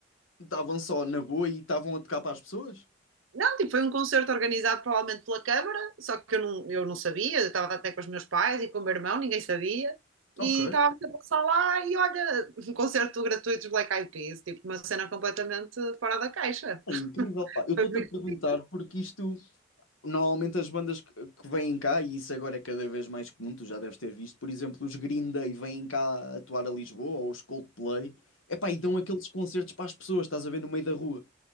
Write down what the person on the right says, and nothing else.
Não, tipo, foi um concerto organizado provavelmente pela Câmara, só que eu não, eu não sabia, eu estava até com os meus pais e com o meu irmão, ninguém sabia. E
estava a passar lá e olha, <laughs> um concerto gratuito dos Black Eyed Peas, tipo, uma cena completamente fora da caixa.
<laughs>
Foi muito